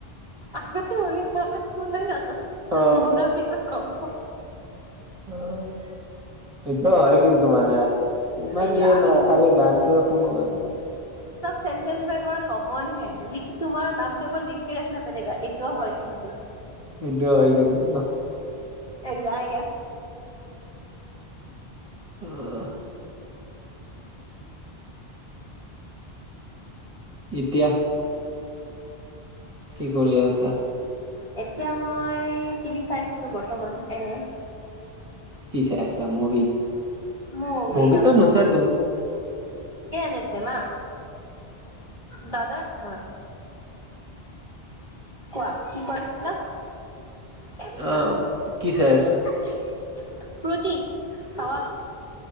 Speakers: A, on the left; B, on the right.
A: আগতে অনিছা বা <unintelligible>
B: অ
A: মৰাৰ পিছত গম পোৱা।
B: অ', এইটো হয় কিন্তু মানে ইমান
A: এয়া
B: দিয়া
A: আকৌ
B: নাই খালী গানটোৱে শুনো আৰু
A: সেন্তেঞ্চ মে কমন হে লিখ তোমাৰ নাম কে উপৰ লিখকে ৰাখনা পৰেগা এইটোও হয় কিন্তু।
B: এইটো হয় কিন্তু।
A: য়া য়া।
B: অঁ। এতিয়া। কি কৰি আছা?
A: এতিয়া মই টিভি চাইছিলো বৰ্তমান এনে।
B: কি চাই আছা মুভি?
A: মুভি
B: মুভিতো
A: নহয়।
B: নোচোৱা তুমি
A: কি আনিছে মা? দাদাৰ হা, কোৱা কি কৈছিলা? <unintelligible>
B: আহ কি চাই আছা?
A: ফ্ৰুতি খাবা?